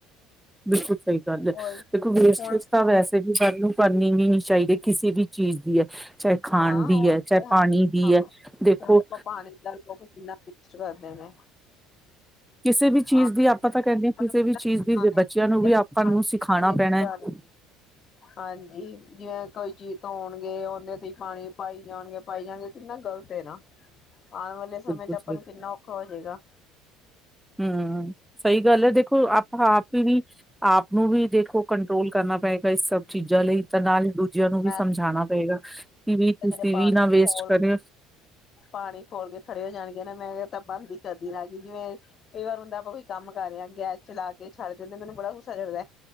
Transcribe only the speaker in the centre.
ਬਿਲਕੁਲ ਸਹੀ ਗੱਲ ਹੈ।
ਦੇਖੋ, ਵੇਸਟਜ
ਤਾਂ ਵੈਸੇ ਵੀ ਸ ਨੂੰ ਕਰਨਨੀ ਨਹੀਂ ਚਾਹੀਦੇ, ਕਿਸੇ ਵੀ ਚੀਜ਼ ਦੀ ਹੈ। ਚਾਹੇ ਖਾਣ
ਦੀ
ਹੈ,
ਚਾਹੇ ਪਾਣੀ ਦੀ
ਹੈ, ਦੇਖੋ
ਕਿਸੇ ਵੀ ਚੀਜ਼
ਦੀ, ਆਪਾਂ ਤਾਂ ਕਹਿੰਦੇ
ਹਾਂ ਕਿਸੇ
ਵੀ ਚੀਜ਼
ਦੀ,
ਬੱਚਿਆਂ ਨੂੰ ਵੀ ਆਪਾਂ
ਨੂੰ ਸਿਖਾਉਣਾ
ਪੈਣਾ
ਹੈ।
ਬਿਲਕੁਲ
ਸਹੀ
ਹਮ, ਸਹੀ ਗੱਲ ਹੈ ਦੇਖੋ, ਆਪਾਂ ਆਪਣੀ ਆਪ ਨੂੰ ਵੀ, ਦੇਖੋ ਕੰਟਰੋਲ ਕਰਨਾ ਪਏਗਾ ਇਸ ਸਭ ਚੀਜ਼ਾਂ ਲਈ ਤਾਂ ਨਾਲ ਦੂਜਿਆਂ ਨੂੰ ਵੀ
ਸਮਝਾਉਣਾ ਪਏਗਾ ਕਿ ਵੀ ਤੁਸੀਂ
ਵੀ ਨਾ ਵੇਸਟ
ਕਰਿਓ